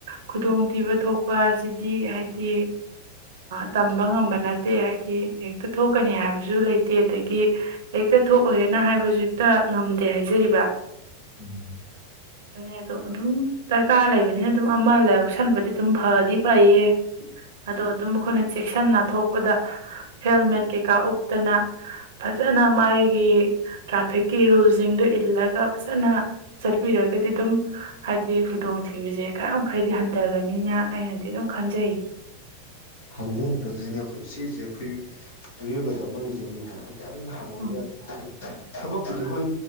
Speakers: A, on the right; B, on the left.
A: ꯈꯨꯗꯣꯡꯊꯤꯕ ꯊꯣꯛꯄ ꯑꯁꯤꯗꯤ ꯍꯥꯏꯗꯤ ꯇꯝꯕ ꯉꯝꯕꯅ ꯠꯇꯦ ꯍꯥꯏꯗꯤ ꯍꯦꯛꯇ ꯊꯣꯛꯀꯅꯤ ꯍꯥꯏꯕꯁꯨ ꯂꯩꯇꯦ ꯑꯗꯒꯤ ꯍꯦꯛꯇ ꯊꯣꯛꯎꯦꯅ ꯍꯥꯏꯕꯁꯨ ꯍꯦꯛꯇ ꯉꯝꯗꯦ ꯍꯥꯏꯖꯔꯤꯕ
B: ꯎꯝ
A: ꯑꯗꯨꯅꯦ ꯑꯗꯣ ꯑꯗꯨꯝ ꯗꯔꯀꯥꯔ ꯂꯩꯕꯅꯤꯅ ꯑꯗꯨꯝ ꯑꯃ ꯂꯁꯟꯕꯗꯤ ꯑꯗꯨꯝ ꯐꯗꯤ ꯐꯩꯌꯦ ꯑꯗꯣ ꯑꯗꯨꯝ ꯑꯩꯈꯣꯏꯅ ꯆꯦꯛꯁꯤꯟꯅ ꯊꯣꯛꯄꯗ ꯍꯦꯜꯃꯦꯠ ꯀꯩꯀꯥ ꯎꯞꯇꯅ ꯐꯖꯅ ꯃꯥꯒꯤ ꯇ꯭ꯔꯥꯐꯤꯛꯀꯤ ꯔꯨꯜꯁꯤꯡꯗꯨ ꯏꯜꯂꯒ ꯐꯖꯅ ꯆꯠꯄꯤꯔꯒꯗꯤ ꯑꯗꯨꯝ ꯍꯥꯏꯗꯤ ꯈꯨꯗꯣꯡꯊꯤꯕꯁꯦ ꯈꯔ ꯃꯈꯩꯗꯤ ꯍꯟꯊꯒꯅꯤꯅ ꯑꯩꯅꯗꯤ ꯑꯗꯨꯝ ꯈꯟꯖꯩ
B: ꯍꯟꯊ ꯍꯟꯊꯅꯅꯦ ꯑꯩꯈꯣꯏ ꯁꯤꯁꯦ ꯑꯩꯈꯣꯏ ꯃꯤꯑꯣꯏꯕꯗ ꯑꯃ ꯂꯩꯖꯔꯤꯕꯀꯣ ꯍꯥꯏ ꯌꯥꯚꯜꯗꯗꯤ
A: ꯎꯝ
B: ꯈꯗ ꯊꯕꯛꯄꯨꯗꯤ ꯍꯣꯏ